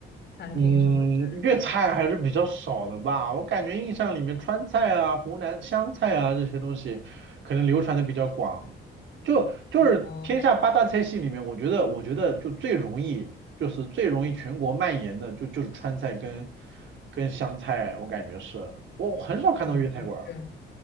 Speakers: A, on the left; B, on the right.
A: 餐厅什么之类的。
B: 嗯，粤菜还是比较少的吧。我感觉印象里面，川菜啊、湖南湘菜啊这些东西，可能流传的比较广。就就是天下八大菜系里面，
A: 哦哦
B: 我觉得我觉得就最容易，就是最容易全国蔓延的，就就是川菜跟跟湘菜，我感觉是，我很少看到粤菜馆儿
A: 哦，的确，